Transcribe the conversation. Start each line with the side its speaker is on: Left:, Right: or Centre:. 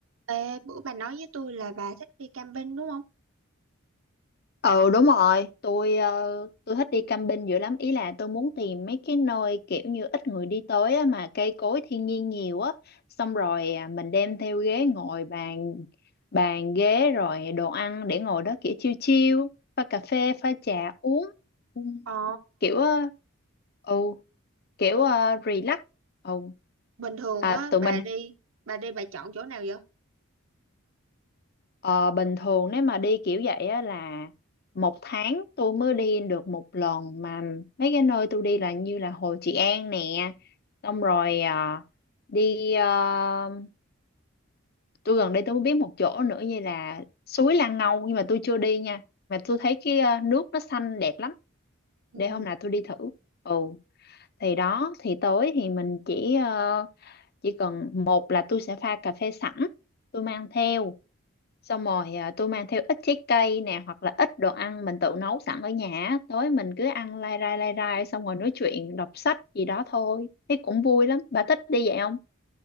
Right: Ê, bữa bà nói với tôi là bà thích đi camping đúng không?
Left: Ừ đúng rồi, tôi ờ, tôi thích đi camping dữ lắm, ý là tôi muốn tìm mấy cái nơi kiểu như ít người đi tới á, mà cây cối thiên nhiên nhiều á, xong rồi à, mình đem theo ghế ngồi bàn bàn ghế rồi đồ ăn để ngồi đó kiểu chill chill, pha cà phê, pha trà uống. Ừ,
Right: Ồ,
Left: Kiểu ờ, ừ, kiểu
Right: ủa,
Left: ờ, relax. Ừ.
Right: bình thường
Left: À,
Right: á,
Left: tụi
Right: bà
Left: mình
Right: đi, bà đi bà chọn chỗ nào vậy?
Left: Ờ, bình thường nếu mà đi kiểu vậy á là một tháng tôi mới đi được một lần mà mấy cái nơi tôi đi là như là Hồ Trị An nè xong rồi ờ, đi ờ, tôi gần đây tôi mới biết một chỗ nữa như là suối Lan Ngâu nhưng mà tôi chưa đi nha mà tôi thấy cái ờ, nước nó xanh đẹp lắm
Right: Ừ,
Left: để hôm nào tôi đi thử ừ thì đó thì tối thì mình chỉ ờ, chỉ cần một là tôi sẽ pha cà phê sẵn tôi mang theo xong rồi à, tôi mang theo ít trái cây nè hoặc là ít đồ ăn mình tự nấu sẵn ở nhà á. tối mình cứ ăn lai rai lai rai xong rồi nói chuyện đọc sách gì đó thôi thấy cũng vui lắm bà thích đi vậy không